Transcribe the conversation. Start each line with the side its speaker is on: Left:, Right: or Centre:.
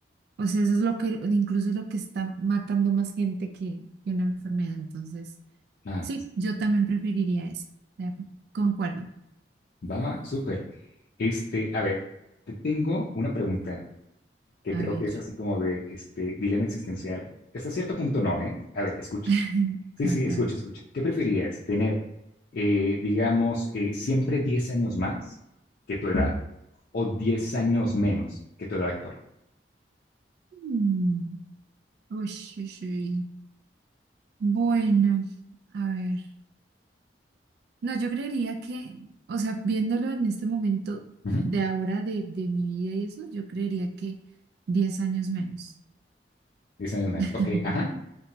Right: o sea, eso es lo que, incluso es lo que está matando más gente que, que una enfermedad. Entonces,
Left: Ah,
Right: sí, yo también preferiría eso. O sea, concuerdo.
Left: va, va, súper. Este, a ver, te tengo una pregunta que creo
Right: A ver,
Left: que es así como de este dilema existencial. Hasta cierto punto no, ¿eh? A ver, escucha.
Right: <laughs>
Left: Sí,
Right: a
Left: sí,
Right: ver,
Left: escucha,
Right: a ver.
Left: escucha. ¿Qué preferirías? ¿Tener, eh, digamos, eh, siempre 10 años más que tu edad o 10 años menos que tu edad actual?
Right: Mm, ush, ush, uy. Bueno, a ver. No, yo creería que, o sea, viéndolo en este momento
Left: Ujú,
Right: de ahora de, de mi vida y eso, yo creería que 10 años menos.
Left: 10 años menos.
Right: <laughs>
Left: Ok, ajá,